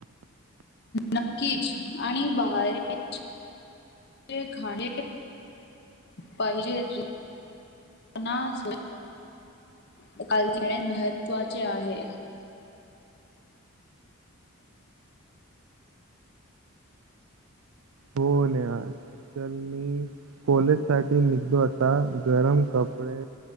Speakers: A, on the left; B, on the right.
A: नक्कीच आणि बहेारी <unintelligible> खाणे पाहिजेल घेणे जेवणा <unintelligible> महत्वाचे आहे.
B: हो न आज चल मी कॉलेज साठी निघतो आता गरम कपडे